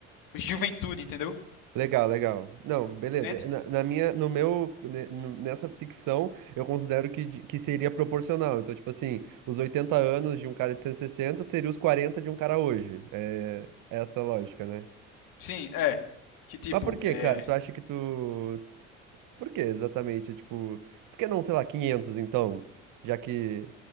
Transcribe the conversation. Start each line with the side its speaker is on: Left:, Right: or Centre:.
Left: juventude, entendeu?
Right: Legal, legal. Não, beleza.
Left: Entende?
Right: Na, na minha, no meu, ne- no- nessa ficção, eu considero que, de- que seria proporcional. Então, tipo assim, os 80 anos de um cara de 160 seria os 40 de um cara hoje. É é essa a lógica, né?
Left: Sim, é. Que tipo,
Right: Mas por quê,
Left: é.
Right: cara? Tu acha que tu... Por quê, exatamente? Tipo, por que não, sei lá, 500, então? Já que,